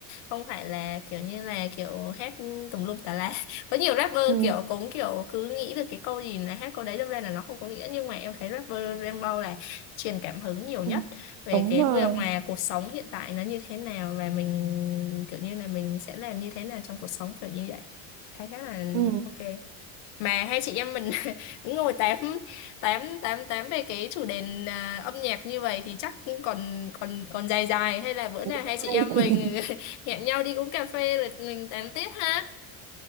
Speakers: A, on the left; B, on the right.
A: không phải là kiểu như là kiểu hát tùm lum tà la <laughs> có nhiều rapper
B: ừ,
A: kiểu cũng kiểu cứ nghĩ được cái câu gì là hát câu đấy đâm ra là nó không có nghĩa nhưng mà em thấy rapper Đen Vâu là truyền cảm hứng nhiều nhất
B: ừ,
A: về
B: đúng
A: cái
B: rồi
A: việc mà cuộc sống hiện tại nó như thế nào và mình kiểu như là mình sẽ làm như thế nào trong cuộc sống kiểu như vậy thấy khá là
B: ừ.
A: ok mà hai chị em mình <laughs> cũng ngồi tám tám tám tám về cái chủ đề à, âm nhạc như vậy thì chắc cũng còn còn còn dài dài hay là bữa
B: cũng
A: nào hai
B: hay
A: chị em
B: <laughs>
A: mình <laughs> hẹn nhau đi uống cà phê rồi mình tám tiếp ha